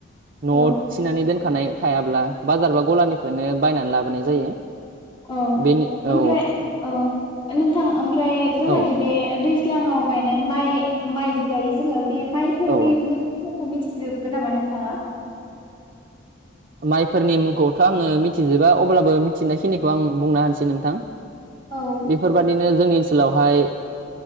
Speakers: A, on the left; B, on the right.
A: औ
B: न'आव थिनानै दोनखानाय थायाब्ला बाजार बा गलानिफ्रायनो बायनानै लाबोनाय जायो।
A: औ
B: बेनि औ
A: ओमफ्राय औ नोंथां ओमफ्राय जोंनादि
B: औ
A: बे दैज्लांआव माय गायो माइ-माइदि गायो जोङो बे माइफोरनि
B: औ
A: मुंफोरखौ मिथिजोबगोन नामा नोंथाङा?
B: औ माइफोरनि मुंखौथ' आङो मिथिजोबा अब्लाबो मिथिनायखिनिखौ आं बुंना होनानोसै नोंथां
A: औ
B: बेफोरबादिनो जोंनि ओनसोलावहाय